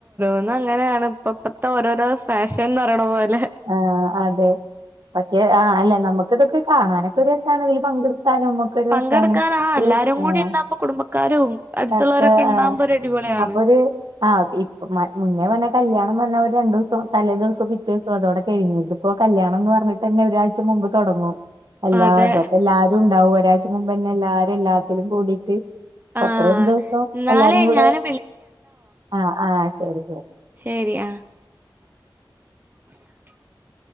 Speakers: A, on the right; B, on the right.
A: അന്ന് അങ്ങനെയാണ് ഇപ്പോ ഇപ്പത്തെ ഓരോരോ ഫാഷൻ ന്ന് പറയണ പോലെ
B: ആ അതെ പക്ഷേ ആ അല്ലേ നമുക്ക് ഇതൊക്കെ കാണാനൊക്കെ ഒരു രസമാണ് അതില് പങ്കെടുക്ക ക്കാനും നമ്മക്ക് ഒരു
A: പങ്കെടുക്കാൻ
B: രസമാണ്
A: ആ
B: <unintelligible>
A: എല്ലാരും കൂടി ഉണ്ടാവുമ്പോ കുടുംബക്കാരും അടുത്തുള്ളവരൊക്കെ
B: ആ <unintelligible>
A: ഉണ്ടാവുമ്പോ ഒരു അടിപൊളിയാണ്
B: അപ്പോ ഒരു ആ ഇപ്പോ മുന്നേ പറഞ്ഞാ കല്യാണം പറഞ്ഞാ ഒരു രണ്ടു ദിവസം തലേ ദിവസം പിറ്റേ ദിവസം അതോടെ കഴിഞ്ഞു ഇതിപ്പോ കല്യാണം ന്ന് പറഞ്ഞിട്ടന്നെ ഒരാഴ്ച മുമ്പ് തൊടങ്ങും അല്ലാ
A: അതെ
B: അതൊ എല്ലാരും ഉണ്ടാവും ഒരാഴ്ച്ച മുൻപ് തന്നെ എല്ലാരും എല്ലാത്തിലും കൂടീട്ട്
A: ആഹ്
B: അത്രയും ദിവസം
A: എന്നാലേ
B: എല്ലാരും കൂടെ
A: ഞാന്
B: ആ ആ ശരി ശരി
A: ശെരി ആ <unintelligible>